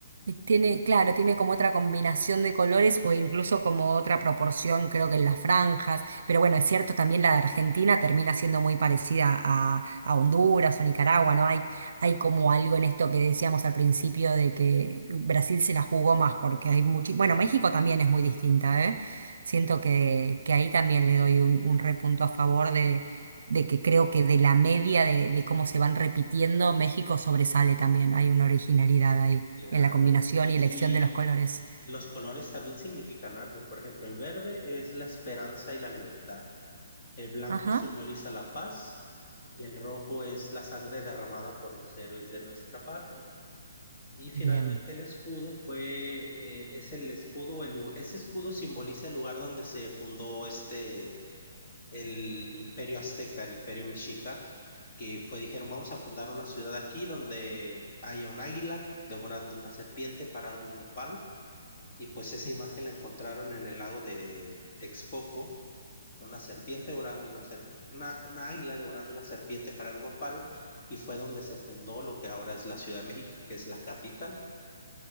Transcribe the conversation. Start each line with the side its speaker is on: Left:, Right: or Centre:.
Right: Y Tiene, claro, tiene como otra combinación de colores
Left: Ujú.
Right: o incluso como otra proporción, creo que en las franjas. Pero bueno, es cierto, también la de Argentina termina siendo muy parecida a, a Honduras o Nicaragua, ¿no? Hay, hay como algo en esto que decíamos al principio de que Brasil se la jugó más porque hay mucho...
Left: Sí,
Right: Bueno, México también es muy distinta, ¿eh? Siento que, que ahí también le doy un, un repunto a favor de, de que creo que de la media de, de cómo se van repitiendo, México sobresale también, hay una originalidad ahí
Left: claro.
Right: en la combinación
Left: Y,
Right: y elección de los
Left: y
Right: colores.
Left: los colores también significan algo. Por ejemplo, el verde es la esperanza y la libertad. El blanco
Right: Ajá,
Left: simboliza la paz y el rojo es la sangre derramada por los héroes de nuestra patria. Y finalmente
Right: bien.
Left: el escudo fue, eh, es el escudo, el lu- ese escudo simboliza el lugar donde se fundó este, el imperio azteca, el imperio mexica, que fue, dijeron, vamos a fundar una ciudad aquí donde haya un águila devorando una serpiente parado en un nopal y pues esa imagen la encontraron en el lago de Texcoco, una serpiente devorando una, ser- una, una águila devorando una serpiente parada en un nopal y fue donde se fundó lo que ahora es la Ciudad de México, que es la capital.